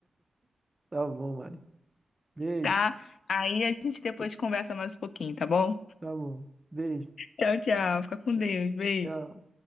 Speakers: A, on the right; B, on the left.
A: Tá bom, Mari. Beijo.
B: tá? Aí a gente depois conversa mais um pouquinho, tá bom?
A: Tá bom. Beijo.
B: Tchau, tchau. Fica com
A: Tch-
B: Deus. Beijo.
A: Tchau.